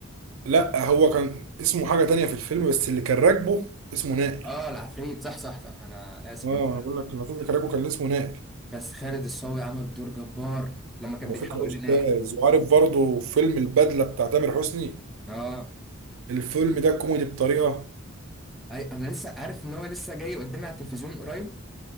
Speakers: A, on the right; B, in the centre.
A: لا هو كان اسمه حاجه تانية في الفيلم بس اللي كان راكبه اسمه نائل
B: اه العفريت صح صح صح انا اسف
A: اه
B: أنا-
A: أنا بقول لك المفروض اللي كان راكبه كان اسمه نائل
B: بس خالد الصاوي عمل دور جبار لما كان
A: على
B: بيتحول
A: فكرة يا أستاذ
B: لنائل
A: وعارف برضه فيلم البدلة بتاع تامر حسني
B: اه
A: الفيلم ده كوميدي بطريقة
B: أي انا لسه عارف ان هو لسه جاي قدامي على التلفزيون من قريب